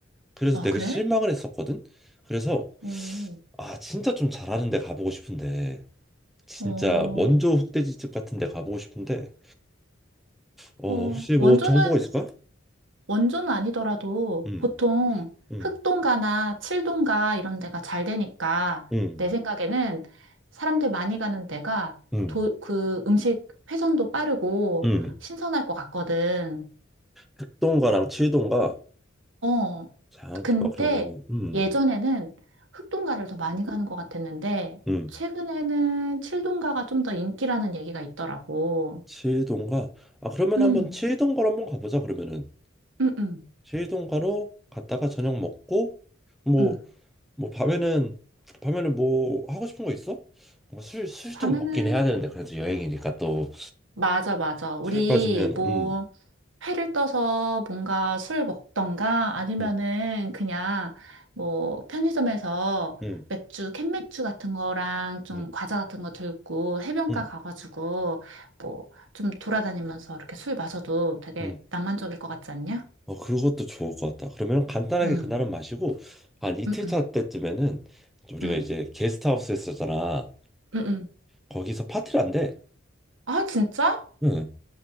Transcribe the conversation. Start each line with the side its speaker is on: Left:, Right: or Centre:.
Centre: 그래서
Right: 어,
Centre: 되게
Right: 그래?
Centre: 실망을 했었거든. 그래서
Right: 음,
Centre: 아 진짜 좀 잘하는 데 가보고 싶은데 진짜
Right: 어,
Centre: 원조 흑돼지집 같은 데 가보고 싶은데 어
Right: 어.
Centre: 혹시 뭐
Right: 원조는
Centre: 정보가 있을까?
Right: 원조는 아니더라도
Centre: 음,
Right: 보통
Centre: 음,
Right: 흑동가나 칠동가 이런 데가 잘 되니까
Centre: 음,
Right: 내 생각에는 사람들 많이 가는 데가
Centre: 음,
Right: 도, 그 음식 회전도 빠르고
Centre: 음.
Right: 신선할 것 같거든.
Centre: 흑동가랑 칠동가
Right: 어.
Centre: 잠깐만
Right: 근데
Centre: 그러면은 음,
Right: 예전에는 흑동가를 더 많이 가는 것 같았는데
Centre: 음.
Right: 최근에는 칠동가가 좀 더 인기라는 얘기가 있더라고.
Centre: 칠동가 아 그러면
Right: 음,
Centre: 한번 칠동가로 한번 가보자 그러면은
Right: 음, 음,
Centre: 제이동가로 갔다가 저녁 먹고 뭐
Right: 음.
Centre: 뭐 밤에는 밤에는 뭐 하고 싶은 거 있어? 뭐술술좀
Right: 밤에는
Centre: 먹긴 해야 되는데 그래도 여행이니까 또
Right: 맞아, 맞아. 우리
Centre: 술 빠지면
Right: 뭐
Centre: 음,
Right: 회를 떠서 뭔가 술 먹던가 아니면은
Centre: 음,
Right: 그냥 뭐 편의점에서
Centre: 음,
Right: 맥주, 캔맥주 같은 거랑 좀
Centre: 음,
Right: 과자 같은 거 들고 해변가
Centre: 음,
Right: 가가지고 뭐 좀 돌아다니면서 이렇게 술 마셔도 되게
Centre: 음.
Right: 낭만적일 것 같지 않냐?
Centre: 어 그것도 좋을 것 같다. 그러면 간단하게
Right: 음,
Centre: 그날은 마시고 한 이틀
Right: 음, 음,
Centre: 차 때쯤에는 우리가
Right: 음,
Centre: 이제 게스트하우스에 쓰잖아.
Right: 음, 음.
Centre: 거기서 파티를 한대.
Right: 아, 진짜?
Centre: 응.